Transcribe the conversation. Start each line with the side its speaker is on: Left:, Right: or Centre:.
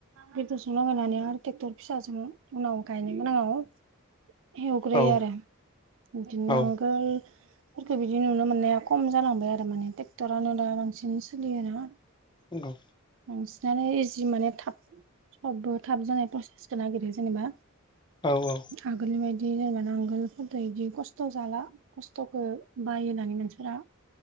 Right: बेदरजों लागायनानै आरो ट्रेक्टर फिसाजों उनाव गायनोबोोन आाङाव एवग्रोयो
Left: औ
Right: आरो बिदिनो नांगोल
Left: औ
Right: फोरख बिदि नुनो मोननाया खम जालांबाय आरो माने ट्रेक्टरानो दा बांसिन सोलियोना
Left: औ।
Right: बांसिनानो इजि माने थाब सबबो थाब जानाय प्रसेसखौ नागिरो जेनेबा
Left: औ औ
Right: आगोलनि बायदि जेनेबा आांगोलफोरजों बिदि खस्थ' जाला खस्थ'खौ बाय होननानै नानसोरा